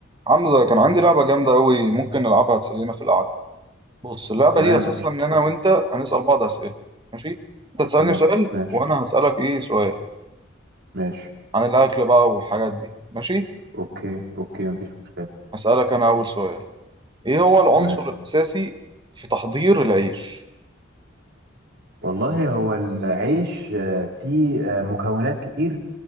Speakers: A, on the right; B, on the right.
A: حمزة كان عندي لعبة جامدة أوي ممكن نلعبها تسلينا في القعدة بص اللعبة
B: تمام
A: دي أساسها
B: مفيش
A: إن
B: مشكلة
A: أنا وأنت هنسأل بعض أسئلة ماشي أنت تسألني
B: تمام
A: سؤال
B: ماشي
A: وأنا هسألك إيه سؤال
B: ماشي
A: عن الأكل بقى والحاجات دي ماشي
B: اوكي اوكي مفيش مشكلة
A: هسألك أنا أول سؤال إيه هو العنصر
B: تمام
A: الأساسي في تحضير العيش
B: والله هو العيش آه، فيه آه، مكونات كتير